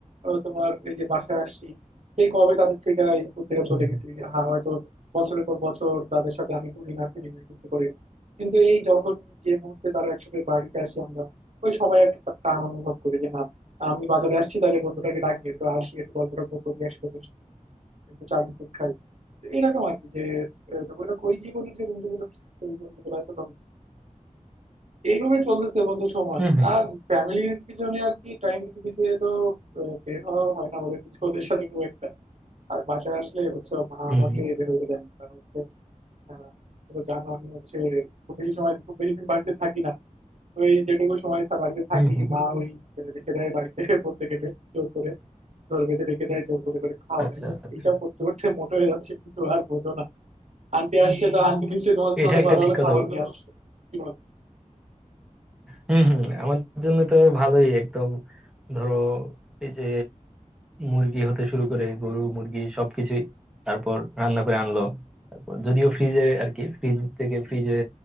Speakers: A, on the right (about 55°); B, in the centre.
A: আহ, তোমার এই যে বাসায় আসছি সেই কবে তাদের থেকে আর স্কুল থেকে
B: হুম
A: চলে গেছি হ্যাঁ হয়তো বছরের পর বছর তাদের সাথে আমি ঘুরি না ফিরি না কিছু করে কিন্তু এই যখন যে মুহূর্তে তারা একসাথে বাড়িতে আসি আমরা ওই সময় একটা টান অনুভব করি যে না আমি বাজারে আসছি তাহলে বন্ধুটাকে ডাকি একটু আসি একটু গল্প টল্প করি একসাথে বসে একটু চা বিস্কুট খাই তো এরকম আর কি যে আহ, ওইটা ওই জীবনের যে বন্ধুগুলো ছিল, সেই বন্ধুগুলো আসলে এইভাবে চলতেছে বন্ধু সময়
B: হুম হুম
A: আর ফ্যামিলির পিছনে আর কি টাইম দিতে তো আহ, বের হওয়া হয় না ওদের কিছু ওদের সাথে খুব একটা আর বাসায় আসলে হচ্ছে মা
B: হুম।
A: আমাকে বের হতে দেন না। কারণ হচ্ছে আহ, তুমি তো জানো আমি হচ্ছে খুব বেশি সময় খুব বেশি দিন বাড়িতে থাকি না তো এই যেটুকু সময় তা বাড়িতে থাকি
B: হম হম
A: মা ওই আহ, রেখে দেয় বাড়িতে <laughs> বলতে গেলে জোর করে জোর বেঁধে রেখে দেয় জোর করে করে খাওয়ায়
B: আচ্ছা আচ্ছা
A: এইসব করতে করতে মোটা হয়ে যাচ্ছে কিন্তু আর বললো না আন্টি আসছে তো আন্টি নিশ্চয়ই তোমার জন্য
B: এটা
A: অনেক
B: একটা
A: ভালো ভালো
B: ঠিক কথা
A: খাবার
B: বলছো
A: নিয়ে আসছে কি বল
B: হম হম আমার জন্য তো ভালোই একদম ধরো এই যে মুরগি হতে শুরু করে গরু মুরগি সবকিছুই তারপর রান্না করে আনলো তারপর যদিও ফ্রিজে আর কি ফ্রিজ থেকে ফ্রিজে